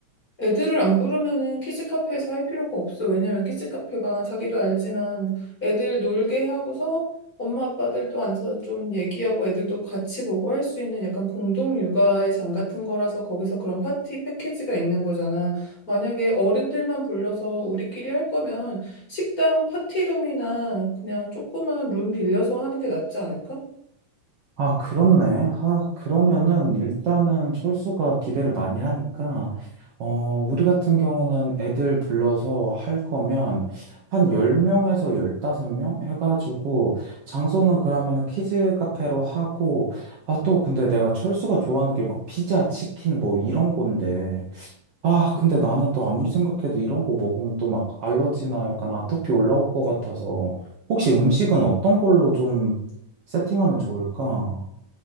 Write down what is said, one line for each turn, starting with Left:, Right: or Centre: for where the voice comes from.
Left: 애들을 안 부르면은 키즈 카페에서 할 필요가 없어. 왜냐면 키즈 카페가 자기도 알지만 애들 놀게 하고서 엄마 아빠들도 앉아서 좀 얘기하고 애들도 같이 보고 할 수 있는 약간 공동 육아의 장 같은 거라서 거기서 그런 파티 패키지가 있는 거잖아. 만약에 어른들만 불러서 우리끼리 할 거면 식당 파티룸이나 그냥 조그만 룸 빌려서 하는 게 낫지 않을까?
Right: 아, 그렇네. 아, 그러면은 일단은 철수가 기대를 많이 하니까 어, 우리 같은 경우는 애들 불러서 할 거면 한 10명에서 15명 해가지고 장소는 그러면은 키즈 카페로 하고 아, 또 근데 내가 철수가 좋아하는 게 막 피자, 치킨 뭐 이런 건데 아, 근데 나는 또 아무리 생각해도 이런 거 먹으면 또 막 알러지나 약간 아토피 올라올 것 같아서 혹시 음식은 어떤 걸로 좀 세팅하면 좋을까?